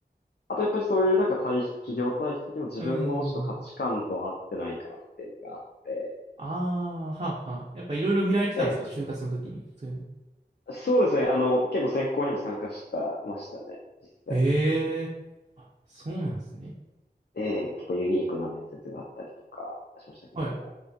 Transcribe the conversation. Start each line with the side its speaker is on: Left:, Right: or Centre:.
Left: あとやっぱりそういうなんか体質、企業体質的にも自分のちょっと価値観と合ってないかなっていうのがあって。
Right: うーん。ああ、はあはあ。やっぱいろいろ見られてたんですか就活の時に。
Left: で、
Right: そういうの。
Left: そうですね、あの、結構選考にも参加したましたね、実際。
Right: ええ。あ、そうなんですね。
Left: ええ、結構ユニークな面接があったりとかしましたけども。
Right: はい。